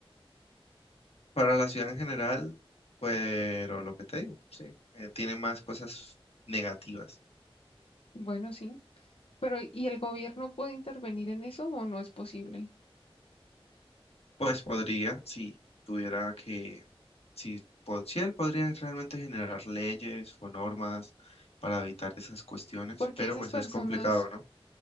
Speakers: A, on the left (about 85°); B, on the left (about 70°).
A: Para la ciudad en general, pero lo que te digo, sí, eh, tiene más cosas negativas.
B: Bueno, sí, pero ¿y el gobierno puede intervenir en eso o no es posible?
A: Pues podría, si tuviera que, si, po- si él podría realmente generar leyes o normas para evitar esas cuestiones,
B: Porque
A: pero
B: esas
A: pues
B: personas,
A: es complicado, ¿no?